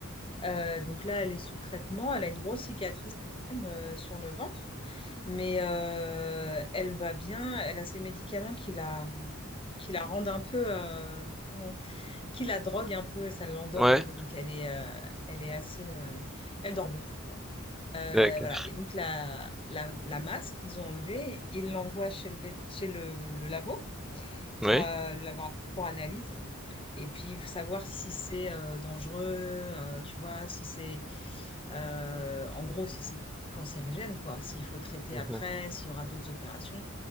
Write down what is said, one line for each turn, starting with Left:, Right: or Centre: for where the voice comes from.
Left: Euh, donc là, elle est sous traitement. Elle a une grosse cicatrice quand même, euh, sur le ventre, mais euh, elle va bien. Elle a ses médicaments qui la, qui la rendent un peu, euh, comment, qui la drogue un peu, et ça l'endort
Centre: Ouais.
Left: un peu. Donc elle est, euh, elle est assez, euh, elle dort beaucoup quoi. Euh,
Centre: D'accord.
Left: voilà. Et donc la, la, la masse qu'ils ont enlevée, ils l'envoient chez le, vét- chez le, le labo pour
Centre: Oui.
Left: euh, le laboratoire pour analyse. Et puis, il faut savoir si c'est euh, dangereux, euh, tu vois, si c'est, euh, en gros, si c'est cancérigène, quoi, s'il faut traiter
Centre: Mhm.
Left: après, s'il y aura d'autres opérations.